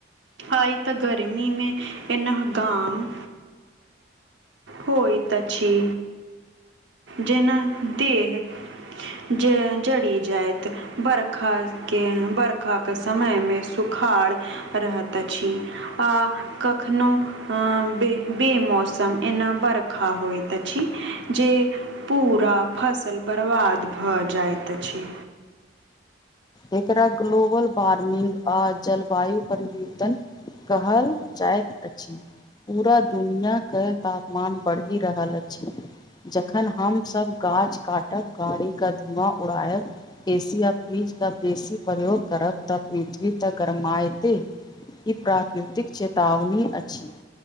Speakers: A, on the right (about 65°); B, on the left (about 20°).
A: आइ तऽ गर्मी मे एनाह गाम होयत अछि जेना देह जे जड़ी जायत बरखा के बरखा के समय मे सुखाड़ रहैत अछि आ कखनो बे - बेमौसम एना बरखा होइत अछि जे पूरा फसल बर्बाद भऽ जाइत अछि।
B: एकरा ग्लोबल वार्मिंग आ जलवायु परिवर्तन कहल जाइत अछि। पूरा दुनिया के तापमान बढ़ि रहल अछि। जखन हम सब गाछ काटब गाड़ी के धुआँ उड़ायब एसी आ फ्रिज के बेसी प्रयोग करब तऽ पृथ्वी तऽ गरमाएते ई प्राकृतिक चेतावनी अछि।